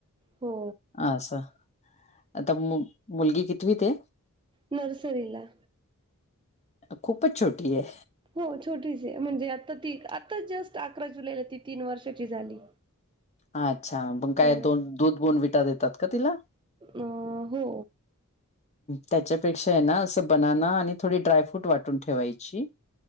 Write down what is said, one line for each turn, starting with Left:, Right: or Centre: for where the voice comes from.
Right: हो
Left: असा आता मु मुलगी कितवी ते
Right: नर्सरीला.
Left: खूपच छोटी आहे.
Right: हो, छोटीच म्हणजे आता ती आत्ता जस्ट अकरा जुलैला ती तीन वर्षाची झाली.
Left: अच्छा, मग काय
Right: ह
Left: दोन दूध दोन विटा देतात का तिला
Right: अ हो.
Left: त्याच्यापेक्षा आहे ना, असं बनाना आणि थोडी ड्रायफ्रूट वाटून ठेवायची.